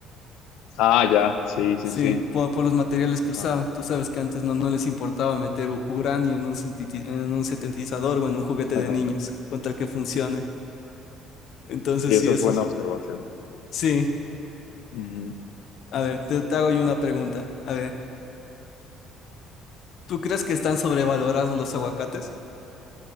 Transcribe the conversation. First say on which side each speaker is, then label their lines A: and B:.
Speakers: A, on the left; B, on the left.
A: Ah, ya, sí, sí,
B: Sí,
A: sí.
B: por, por los materiales que usaban.
A: Ajá.
B: Tú sabes que antes no, no les importaba meter u- uranio en un, sinteti- en un sintetizador o en un juguete
A: <laughs>
B: de niños, con tal que funcione. Entonces
A: Sí, esa
B: sí, eso
A: es buena
B: es-
A: observación.
B: Sí,
A: Ujú.
B: a ver, te, te hago yo una
A: Y,
B: pregunta.
A: bueno,
B: A ver. ¿Tú crees que están sobrevalorados los aguacates?